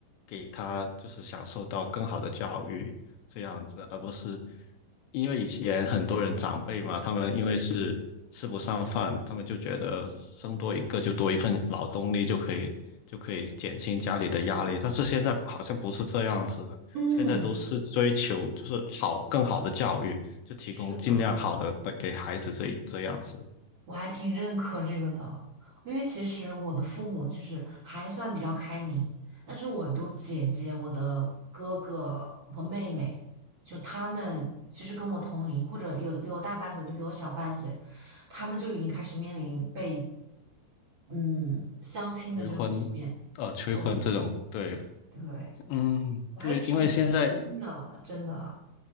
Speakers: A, on the left (about 80°); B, on the right (about 50°).
A: 给他就是享受到更好的教育这样子，而不是因为以前很多人长辈嘛，他们因为是吃不上饭，他们就觉得生多一个就多一份劳动力就可以就可以减轻家里的压力，但是现在好像不是这样子的，
B: 嗯，
A: 现在都是追求就是好更好的教育，就提供尽量好的给孩子这这样子，
B: 是的。我还挺认可这个的，因为其实我的父母其实还算比较开明，但是我的姐姐、我的哥哥和妹妹，就他们其实跟我同龄，或者有的比我大半岁，有的比我小半岁，他们就已经开始面临被嗯相亲的这种局面。
A: 催婚，呃，催婚这种，
B: 对，
A: 对，
B: 对，
A: 嗯，
B: 我还挺震惊的，
A: 对，因为现在
B: 真的。